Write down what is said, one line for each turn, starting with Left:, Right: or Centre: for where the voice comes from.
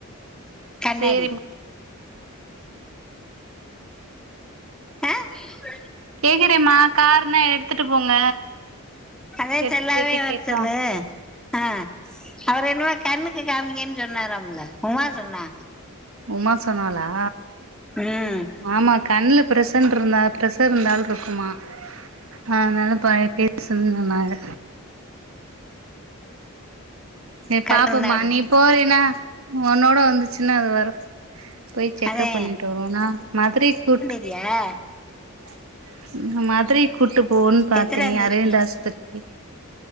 Centre: கண்ணாடி
Right: சேரிம்மா
Centre: <inaudible>
Right: கேக்குறேம்மா காருன எடுத்துட்டு போங்க
Centre: அதே
Right: எடுத்துட்டு
Centre: செல்லாவே
Right: போயிட்டு
Centre: வர
Right: கேட்டு
Centre: சொல்லு
Right: வாங்க
Centre: ஆ அவரு என்னமோ கண்ணுக்கு காமிங்கன் சொன்னாராம்ல உமா சொன்னா
Right: உமா சொன்னாலா
Centre: ம்
Right: ஆமா கண்ல ப்ரெஷன்ருந்தா ப்ரெஷர் இருந்தால்ருக்குமா ஆ அதனால பழைய பேர் சொன்னாங்க சேர்
Centre: கடத்திருந்தா
Right: பாப்போம்மா நீ போறீனா ஒன்னோட வந்துச்சுன்னா அது வரு போய் செக்கப்
Centre: அதே
Right: பண்ணிட்டு வருவோன் னா மதுரை கூட்டு
Centre: யா
Right: <inaudible> ம் மதுரைக் கூட்டு போன் பாத்தே
Centre: எத்தனாம் தேதி
Right: அரவிந்தாஸ்பத்திரி